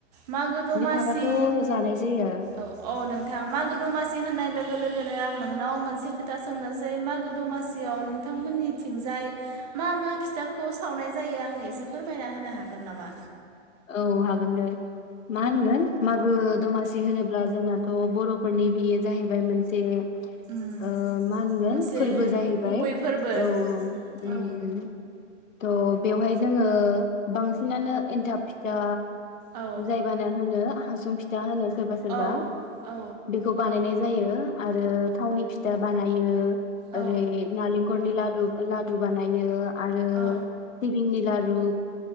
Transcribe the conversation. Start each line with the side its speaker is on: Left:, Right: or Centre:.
Right: मागो दासि
Left: थाबाथ' जानाय जायो
Right: औ औ नोंथां मागो दमासि होननाय लोगो लोगो लोगोनो आं नोंनाव मोनसे खोथा सोंनोसै मागो दमासियाव नोंथांमोननिथिंजाय मा मा फिथाखौ सावनाय जायो आंनो एसे फोरमायना होनो हागोन नामा?
Left: औ हागोन दे। मा होनगोन
Right: औ
Left: मागो दमासि होनोब्ला जोंनाथ' बर'फोरनि बेयो जाहैबाय मोनसे ओ
Right: उम
Left: मा होनगोन
Right: मोनसे
Left: फोरबो जाहैबाय
Right: गुबै फोरबो
Left: औ औ उम
Right: औ
Left: उम तह बेवहाय जोङो बांसिनानो एनथाब फिथा
Right: औ
Left: जायबानो होनो हासुं फिथा होनोनो सोरबा सोरबा
Right: औ औ
Left: बेखौ बानायनाय जायो। आरो थावनि फिथा बानायो।
Right: औ
Left: ओरै नालेंखरनि लारु लादु बानायो आरो
Right: औ
Left: सिबिंनि ला रु